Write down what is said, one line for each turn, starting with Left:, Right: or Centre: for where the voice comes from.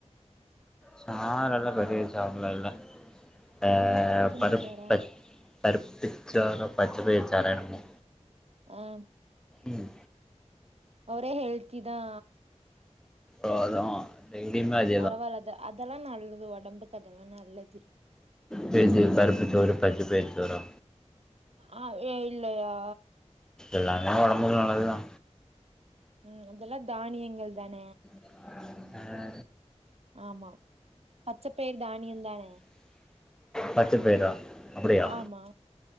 Centre: சாறுலா பெரிய சாறுலா இல்ல அ
Right: என்ன சின்ன
Centre: பருப்
Right: சாரா
Centre: பச் பருப்புச்சாறோ பச்சபயிறு சாறோ என்னமோ
Right: அ
Centre: ம்
Right: ஒரே ஹெல்த்திதா
Centre: ஓ அது டெய்லியுமே அது
Right: பரவால்லா அது அதெல்லா நல்லது உடம்புக்கு அதெல்லா நல்லது
Centre: சேரி சேரி பருப்புச்சோறு பச்சப்பயிறு சோறோ
Right: ஆ ஏ இல்லையா
Centre: எல்லாமே ஒடம்புக்கு நல்லதுதா
Right: ம் இதெல்லா தானியங்கள் தான
Centre: உஹம்
Right: ஆமா பச்சைப்பயர் தானியந்தான
Centre: பச்ச பயிறா அப்டியா
Right: ஆமா